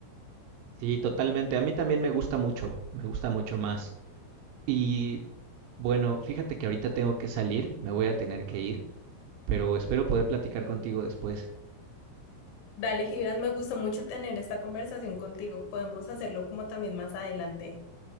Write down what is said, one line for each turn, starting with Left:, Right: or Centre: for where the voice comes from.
Right: Sí, totalmente. A mí también me gusta mucho, me gusta mucho más. Y bueno, fíjate que ahorita tengo que salir, me voy a tener que ir, pero espero poder platicar contigo después.
Left: Dale, Gibran, me gustó mucho tener esta conversación contigo. Podemos hacerlo como también más adelante.